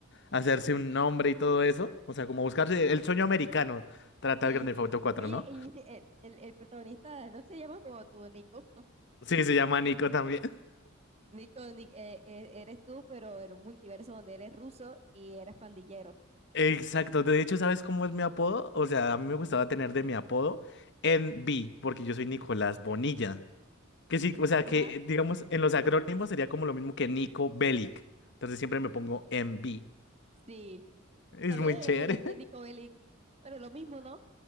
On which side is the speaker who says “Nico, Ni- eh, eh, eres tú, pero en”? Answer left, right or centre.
Right